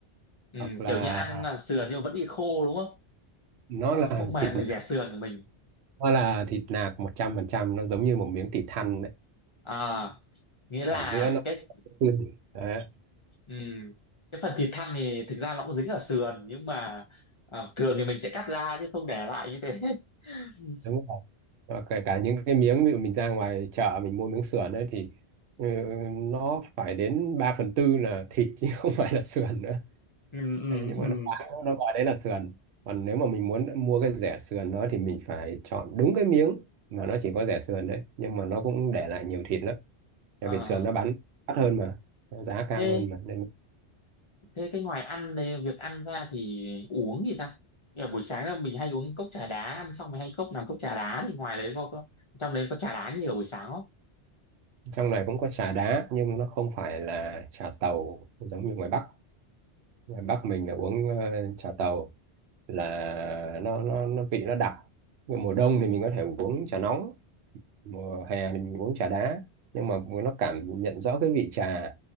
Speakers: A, on the left (about 45°); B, on the right (about 70°).
A: ừ
B: hoặc là
A: kiểu như ăn là sườn nhưng mà vẫn bị khô đúng không
B: nó
A: nó,
B: là
A: nó không mềm
B: thịt
A: mình
B: nạc
A: dẻ sườn của mình
B: nó là thịt nạc một trăm phần trăm nó giống như một miếng thịt thăn đấy.
A: à nghĩa là
B: ở giữa nó có
A: cái
B: cái xương đấy,
A: Ừ. Cái phần thịt thăn thì thực ra nó cũng dính ở sườn nhưng mà à, thường thì mình sẽ cắt ra chứ không để lại như thế. <laughs>
B: đúng rồi và kể cả những cái miếng ví dụ mình ra ngoài chợ mình mua miếng sườn đấy thì ừ, nó phải đến 3 phần tư là thịt chứ không phải là sườn nữa
A: Ừ, ừ,
B: Thế nhưng
A: ừ.
B: mà nó bán nó gọi đấy là sườn còn nếu mà mình muốn mua cái rẻ sườn đó thì mình phải chọn đúng cái miếng mà nó chỉ có rẻ sườn đấy nhưng mà nó cũng để lại nhiều thịt lắm tại
A: Ờ,
B: vì sườn nó bán đắt hơn mà nó giá cao
A: thế
B: hơn mà nên
A: thế cái ngoài ăn đây việc ăn ra thì uống thì sao? Như là buổi sáng là mình hay uống cốc trà đá ăn xong mình hay cốc làm cốc trà đá thì ngoài đấy có, có trong đấy có trà đá nhiều buổi sáng không?
B: trong này cũng có trà đá nhưng nó không phải là trà tàu giống như ngoài Bắc ngoài Bắc mình là uống ờ, trà tàu là nó nó nó vị nó đặc Nhưng mùa đông thì mình có thể uống trà nóng mùa hè thì mình uống trà đá nhưng mà nó cảm nhận rõ cái vị trà